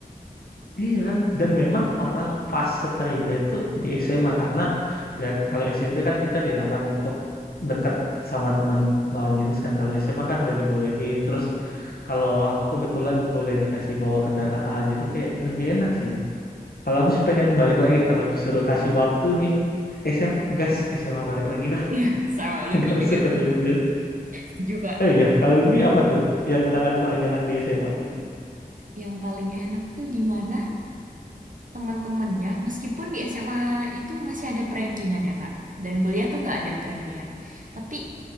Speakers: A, on the left (about 70°); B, on the right (about 55°).
A: Iya, dan memang orang fase terindah itu di SMA karena ya kalau SMP kan kita dilarang untuk deket sama teman lawan jenis kan kalau SMA kan udah dibolehin terus kalau aku kebetulan boleh dikasih bawa kendaraan jadi kayak lebih enak sih kalau aku sih pengen balik lagi kalau disuruh kasih waktu nih SMA gas SMA balik lagi dah
B: Iya, sama
A: <laughs>
B: Lutfi
A: nggak usah
B: juga.
A: kerja kerja
B: Setuju, Kak.
A: eh iya kalau lebih apa tuh yang kenangan paling enak di SMA tuh
B: Yang paling enak tuh di mana teman-temannya meskipun di SMA itu masih ada prankingan ya Kak dan kuliah tuh nggak ada prankingan tapi